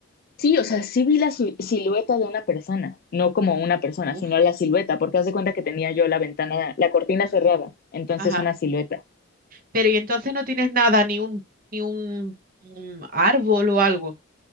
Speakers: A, on the left (about 45°); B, on the right (about 40°).
A: Sí, o sea, sí vi la si- silueta de una persona, no como una persona,
B: Uf,
A: sino la silueta, porque haz de cuenta que tenía yo la ventana, la cortina cerrada, entonces
B: ajá.
A: una silueta.
B: Pero y entonces no tienes nada, ni un, ni un, un árbol o algo.